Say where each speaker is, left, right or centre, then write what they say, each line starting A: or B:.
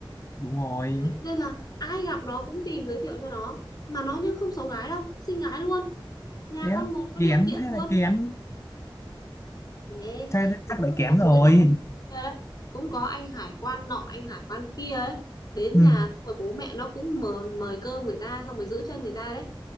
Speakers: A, on the left (about 30°); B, on the left (about 45°).
A: đúng rồi
B: Đấy, nên là ai gặp nó cũng tìm giới thiệu cho nó mà nó nhá không xấu gái đâu xinh gái luôn nhà
A: thế á,
B: con một có
A: kén
B: điều kiện
A: hay
B: luôn
A: là kén
B: thế
A: chắc chắc
B: mà
A: là
B: cũng
A: kén
B: có mối
A: rồi
B: nọ kia đấy cũng có anh hải quan nọ anh hải quan kia ấy đến
A: <laughs>
B: nhà
A: ừ
B: xong rồi bố mẹ nó cũng mời, mời cơm người ta xong rồi giữ chân người ta đấy